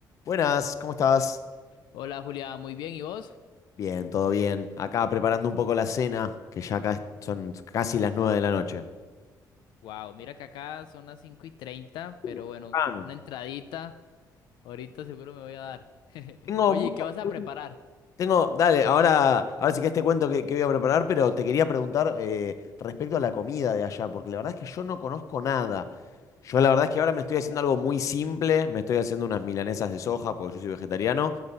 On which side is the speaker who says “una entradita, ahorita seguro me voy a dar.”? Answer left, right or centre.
Left